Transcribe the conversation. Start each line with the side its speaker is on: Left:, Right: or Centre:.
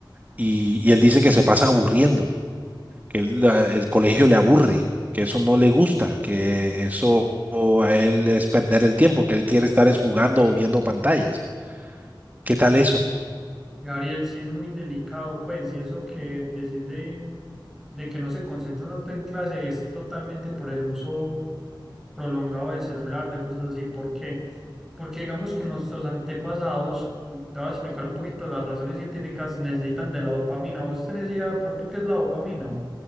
Right: y, y él dice que se pasa aburriendo, que él la- el colegio le aburre, que eso no le gusta, que eso a él es perder el tiempo, que él quiere estar es jugando o viendo pantallas. ¿Qué tal eso?
Centre: Gabriel, sí es muy delicado, pues, y eso que decís de, de que no se concentra tanto en clase es totalmente por el uso prolongado del celular, de cosas así. ¿Por qué? Porque digamos que nuestros antepasados, te voy a explicar un poquito las razones científicas, necesitan de la dopamina. ¿Vos tenés idea de pronto qué es la dopamina?